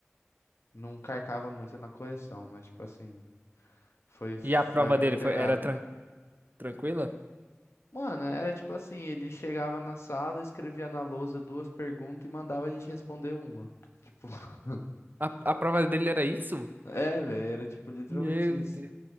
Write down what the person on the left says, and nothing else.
não carcava muito na correção, mas tipo assim, foi, foi
meio
pegado.
Mano, era tipo assim, ele chegava na sala, escrevia na lousa duas perguntas e mandava a gente responder uma. Tipo, <laughs>
é, velho, era tipo literalmente
isso.